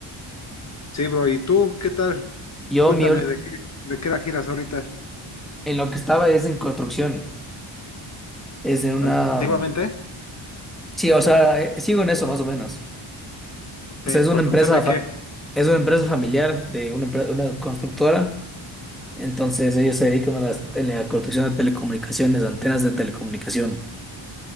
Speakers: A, on the left; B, in the centre.
A: Sí, bro, ¿y tú qué tal?
B: Yo,
A: Cuéntame,
B: mi ul-
A: ¿de qué, de qué era giras ahorita?
B: en lo que estaba es en construcción. Es en una.
A: ¿Antiguamente?
B: mm, Sí, o sea, eh, sigo en eso más o menos.
A: Ok,
B: O sea, es una
A: ¿construcción
B: empresa,
A: de
B: fa-
A: qué?
B: es una empresa familiar de una, empre- una constructora. Entonces, ellos se dedican a las- a la construcción de telecomunicaciones, antenas de telecomunicación.